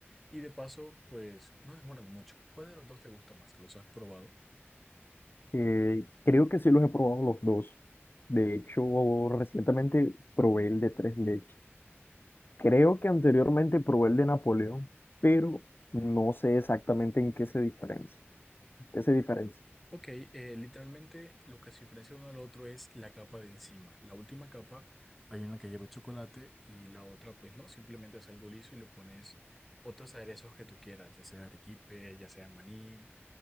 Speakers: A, in the centre; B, on the left.
A: Y de paso, pues no demoran mucho. ¿Cuál de los dos te gusta más? ¿Los has probado?
B: Eh, creo que sí los he probado los dos. De hecho, recientemente probé el de tres leches. Creo que anteriormente probé el de Napoleón, pero no sé exactamente en qué se diferencia. ¿Qué se diferencia?
A: Ok, eh, literalmente lo que se diferencia uno al otro es la capa de encima. La última capa, hay una que lleva chocolate y la otra, pues no, simplemente es algo liso y le pones otros aderezos que tú quieras, ya sea arequipe, ya sea maní.